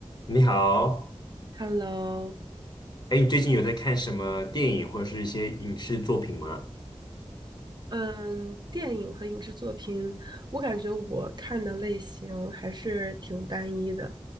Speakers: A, on the left (about 40°); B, on the right (about 40°).
A: 你好，
B: Hello，
A: 哎，你最近有在看什么电影或者是一些影视作品吗？
B: 嗯，电影和影视作品，我感觉我看的类型还是挺单一的，